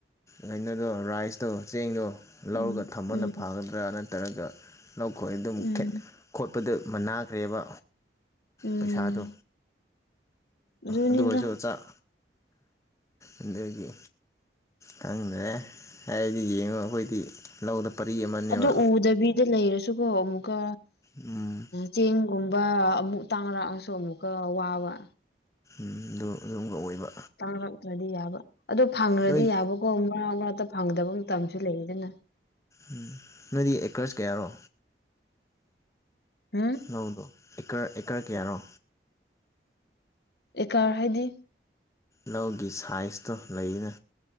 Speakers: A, on the left (about 15°); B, on the left (about 60°).
A: ꯅꯩꯅꯗꯣ ꯔꯥꯏꯁꯇꯣ ꯆꯦꯡꯗꯣ ꯂꯧꯒ
B: ꯎꯝ
A: ꯊꯝꯕꯅ
B: ꯎꯝ
A: ꯐꯒꯗ꯭ꯔꯥ ꯅꯠꯇ꯭ꯔꯒ ꯂꯧꯈꯣꯏ ꯑꯗꯨꯝ
B: ꯎꯝ
A: ꯈꯦꯠꯅꯩ ꯈꯣꯠꯄꯗ ꯃꯅꯥꯈ꯭ꯔꯦꯕ
B: ꯎꯝ
A: ꯄꯩꯁꯥꯗꯣ
B: ꯑꯗꯨꯅꯤꯗ
A: ꯑꯗꯨꯑꯣꯏꯔꯁꯨ ꯆꯥꯛ ꯑꯗꯒꯤ ꯈꯪꯗꯦ ꯍꯥꯏꯗꯤ ꯌꯦꯡꯉꯣ ꯑꯩꯈꯣꯏꯗꯤ ꯂꯧꯗ ꯄꯔꯤ ꯑꯃꯅꯦꯕ
B: ꯑꯗꯨ ꯎꯗꯕꯤꯗ ꯂꯩꯔꯁꯨꯀꯣ ꯑꯃꯨꯛꯀ
A: ꯎꯝ
B: ꯆꯦꯡꯒꯨꯝꯕ ꯑꯃꯨꯛ ꯇꯥꯡꯅꯔꯛꯑꯁꯨ ꯑꯃꯨꯛꯀ ꯋꯥꯕ
A: ꯎ ꯑꯗꯨ ꯑꯗꯨꯒ ꯑꯣꯏꯕ
B: ꯇꯪꯛꯉꯛꯇ꯭ꯔꯗꯤ ꯌꯥꯕ ꯑꯗꯣ ꯐꯪꯉ꯭ꯔꯗꯤ
A: ꯅꯣꯏ
B: ꯌꯥꯕꯀꯣ ꯃꯔꯥ ꯃꯔꯛꯇ ꯐꯪꯗꯕ ꯃꯇꯝꯁꯨ ꯂꯩꯗꯅ
A: ꯎꯝ ꯅꯣꯏꯗꯤ ꯑꯦꯀ꯭ꯔꯁ ꯀꯌꯥꯔꯣ
B: ꯎꯝ
A: ꯅꯪꯗꯣ ꯑꯦꯀꯔ ꯑꯦꯀꯔ ꯀꯌꯥꯅꯣ
B: ꯑꯦꯀꯥꯔ ꯍꯥꯏꯗꯤ
A: ꯂꯧꯒꯤ ꯁꯥꯏꯖꯇꯣ ꯂꯩꯅ